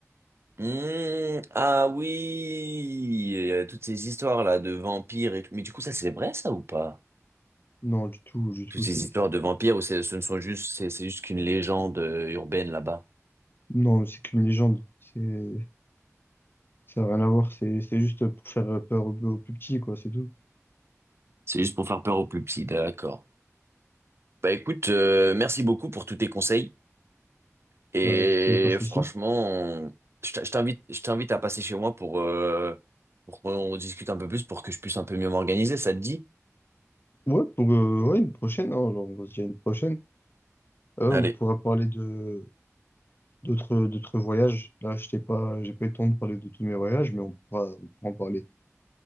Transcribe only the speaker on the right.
Hum, Ah oui, Il y a toutes ces histoires là de vampires et tout. Mais du coup, ça c'est vrai ça ou pas?
Toutes ces
histoires de vampires, ou c'est- ce ne sont juste, c'est c'est juste qu'une légende euh, urbaine là-bas.
C'est juste pour faire peur aux plus petits, d'accord. Bah écoute, euh, merci beaucoup pour tous tes conseils. Et
franchement, je t- je t'invite, je t'invite à passer chez moi pour, euh, pour qu'on discute un peu plus, pour que je puisse un peu mieux m'organiser, ça te dit?
Allez,